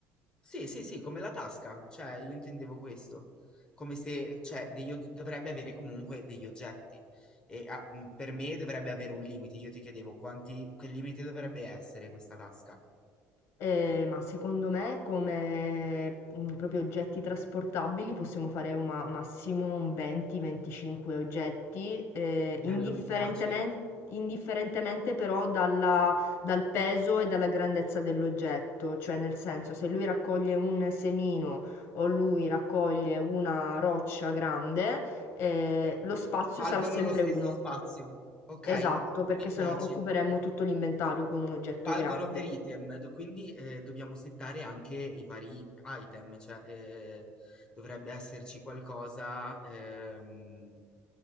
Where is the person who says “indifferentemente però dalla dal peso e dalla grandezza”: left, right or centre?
Left